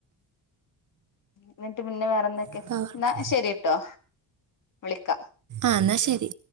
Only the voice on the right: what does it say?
അപ്പം അവർക്ക്
ആ ന്നാ ശരി